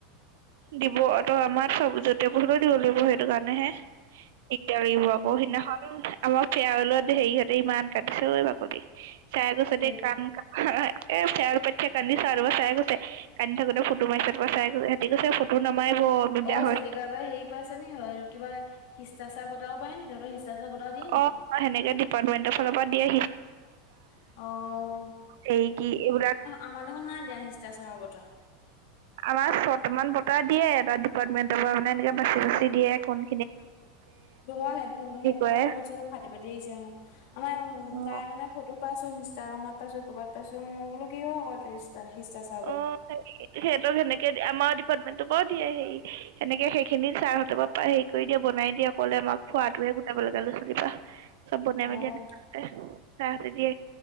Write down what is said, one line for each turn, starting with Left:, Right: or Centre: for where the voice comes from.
Right: দিব ত আমাৰ চবজতেবুলো দিব লাগিব সেইটো কাৰণে হে। দিগদাৰ লাগিব
Left: উম,
Right: আকৌ সিদিনাখন আমাৰ ফেৰওলত হেৰি হঁতে ইমান কাটিছে ঐ বাকলি। চাইকোছে
Left: কেলে
Right: দ কান এ চে প ক্দি চাৰিব চাই কৈছে কান্দি থাকোতে ফটো মাৰিছে চাইছে সিহতি কৈছে ফটো নামাৰিব। আমি বেয়া
Left: অ'
Right: হৈ
Left: চেৱিকা বা হেৰি পাইছে নি কিবা শিষ্টাচাৰ বটাও পাই নি তহঁতৰ শিষ্টাচাৰ বটাও দিয়ে নিকি?
Right: অ সেনেকে ডিপাৰ্টমেন্টৰ ফালৰ পৰা দিয়ে
Left: অ
Right: সেইকি এইবিলাক
Left: আমাৰদেখোন নাই দিয়া শিষ্টাচাৰৰ বটা।
Right: আমাৰ ছটা মান বটা দিয়ে এটা ডিপাৰ্টমেন্টৰ পৰা মানে এনেকে বাচি বাচি দিয়ে কোন
Left: তোমাৰ হেডফোন হেডফোনৰ
Right: কৰে
Left: কথা পাতিছে যে ফাটি ফাটি আহিছে অ'। মানাই
Right: অ।
Left: তাই মানে ফটো পাইছো ইনষ্টাগ্ৰামত পাইছো ক'ৰবাত পাইছো মই বোলো কি হয় আকৌ টুৰিষ্ট চা শিষ্টা চা
Right: অ' স সিহঁতক সেনেকে আমাৰ ডিপাৰ্টমেন্টৰ পৰাও দিয়ে হেৰি এনেকে সেইখিনি ছাৰ হঁতৰ পৰা হেৰি কৰি দিয়ে বনাই দিয়ক। কলে আমাক খোৱাটোহে গোটাব লাগে ল'ৰা ছোৱালীৰপৰা চব বনাই
Left: অ',
Right: মেলি আনে। চ চাহ টো দে